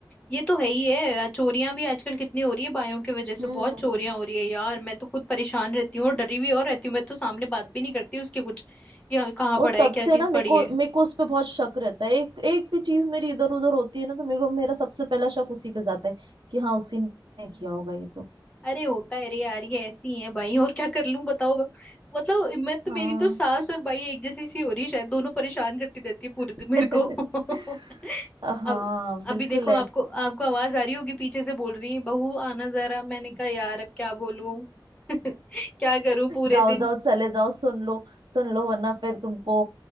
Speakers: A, on the left; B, on the right.
A: ये तो है ही है चोरियां भी आजकल कितनी हो रही है बायों की वजह से
B: हम्म
A: बहुत चोरियां हो रही है यार मैं तो खुद परेशान रहती हूँ और डरी भी और रहती हूँ मैं तो सामने बात भी नहीं करती उसके कुछ या कहाँ
B: और
A: पड़ा है
B: तब से
A: क्या चीज
B: ना मेरे
A: पड़ी
B: को
A: है
B: मेरे को उस पे बहुत शक रहता है एक एक भी चीज मेरी इधर उधर होती है ना तो मेरे को मेरा सबसे पहला शक उसी पे जाता है कि हाँ उसी ने किया होगा ये तो
A: अरे होता है रे यार ये ऐसी हैं भाई और क्या कर लूं बताओ ब- मतलब मैं तो
B: हाँ
A: मेरी तो सास और भाई एक जैसी सी हो रही है शायद दोनों परेशान करती रहती है पूरे दिन
B: <laughs>
A: मेरे को <laughs>
B: हाँ
A: अब
B: बिल्कुल
A: अभी देखो
B: ऐसे
A: आपको आपको आवाज आ रही होगी पीछे से बोल रही है बहू आना जरा मैंने कहा यार अब क्या बोलूं <laughs> क्या करूं पूरे
B: जाओ
A: दिन
B: जाओ चले जाओ सुन लो सुन लो वरना फिर तुमको